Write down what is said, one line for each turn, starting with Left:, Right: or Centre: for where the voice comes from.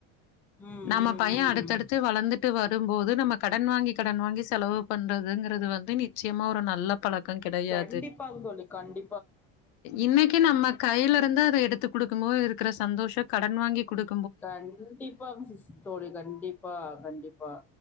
Centre: ம்
Left: நம்ம
Centre: ம்
Left: பைய அடுத்தடுத்து
Centre: ம்
Left: ட்டு வளந்துட்டு வரும்போது நமக் கடன் வாங்கி கடன் வாங்கி செலவு பண்றதுங்கிறது வந்து நிச்சயமா ஒரு நல்ல பழக்கோ கெடையா
Centre: கண்டிப்பாங் தோழி கண்டி
Left: இன்னைக்கு நம்ம கையல இருந்து அத எடுத்து குடுக்கு போது இருக்கிற சந்தோஷோ கடன் வாங்கி குடுக்
Centre: கண்டிப்பாங் சிஸ் தோழி கண்டிப்பா கண்டிப்பா